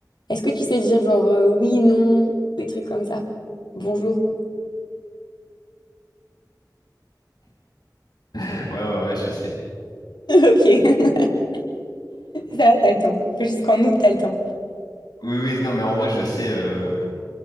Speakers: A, on the left (about 85°); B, on the left (about 65°).
A: Est-ce que tu sais dire genre euh, oui, non, des trucs comme ça? Bonjour. <laughs>
B: Ouais, ouais, ouais, je sais.
A: Ok. <laughs> Ça va, t'as le temps. Jusqu'en août, t'as le temps.
B: Oui, oui, non, mais en vrai, je sais. Euh...